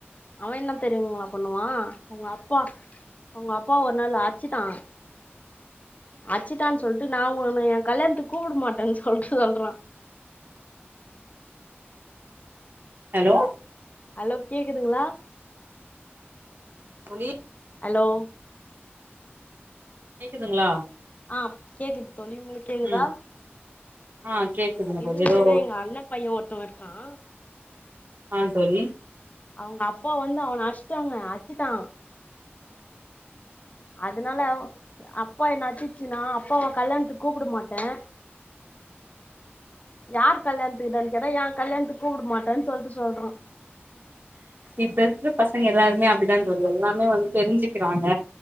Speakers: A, on the left; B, on the right.
A: அவன் என்ன தெரியுங்களா பண்ணுவா அவங்க அப்பா அவங்க அப்பா ஒரு நாள் அடுச்சிட்டா அச்சுட்டான்னு சொல்ட்டு நா உன்ன என் கல்யாணத்துக்கு கூப்பிட மாட்டேன்னு சொல்லிட்டு சொல்றான்
B: ஹலோ
A: ஹலோ கேக்குதுங்களா
B: புலி
A: ஹலோ
B: கேக்குதுங்களா
A: ஆ கேக்குது தோழி உங்களுக்கு கேக்குதா
B: ம் ஆ கேக்குதுங்க
A: இதி
B: தோழி
A: மாதிரிதா
B: ஏதோ
A: எங்க அண்ணா பையன் ஒருத்தவ இருக்கான்
B: ஆ தோழி
A: அவங்க அப்பா வந்து அவன அச்சிட்டாங்க அச்சுட்டான் அதனால அப்பா என்ன அச்சிச்சுன்னா அப்பாவ கல்யாணத்து கூப்பிட மாட்டேன் யார் கல்யாணத்துக்குடானு கேட்டா ஏன் கல்யாணத்து கூப்பிட மாட்டேன்னு சொல்லிட்டு சொல்றான்
B: இப்ப இருக்குற பசங்க எல்லாருமே அப்டித்தா தோழி எல்லாமே வந்து தெரிஞ்சிகிறாங்க